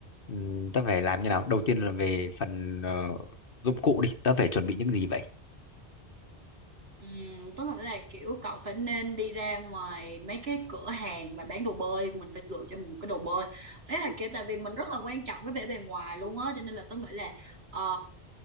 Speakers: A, on the left; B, on the right.
A: ừm, tớ phải làm như nào đầu tiên là về phần ờ, dụng cụ đi tớ phải chuẩn bị những gì vậy
B: Ừm, tức là là kiểu cậu phải nên đi ra ngoài mấy cái cửa hàng mà bán đồ bơi mình phải lựa cho mình một cái đồ bơi đấy là kiểu tại vì mình rất là quan trọng cái vẻ bề ngoài luôn á cho nên là tôi nghĩ là ờ,